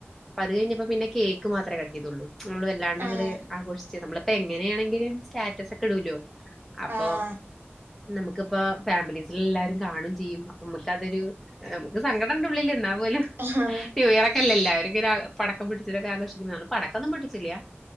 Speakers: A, in the centre; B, on the right (about 55°).
A: അപ്പ അത് കഴിഞ്ഞപ്പോ പിന്നെ കേക്ക് മാമേ കട്ടിയതുള്ളൂൾ വല്ല
B: ആഹ്
A: ആഘോഷിച്ച് നമ്മളിപ്പോ എങ്ങനെയാണെങ്കിലും സ്റ്റാറ്റസ് ഒക്കെ ഇടുൂലോ അപ്പൊ
B: ആഹ്
A: നമുക്കിപ്പ ഫാമിലീസിൽ എല്ലാരും കാണും ചെയ്യും അപ്പൊ നമുക്ക അതൊരു നമുക്ക് സങ്കടം ഉണ്ട ഉള്ളേ എന്നാപ പോലും
B: ആഹ്
A: ന്യൂ ഇയർ ഒക്കെല്ലാവരൊക്കെ പടക്കം പിടിച്ചിരൊക്കെ ആഘോഷിക്കുന്നതാണ് പടക്കൊന്നും പഠിച്ചില്ലേ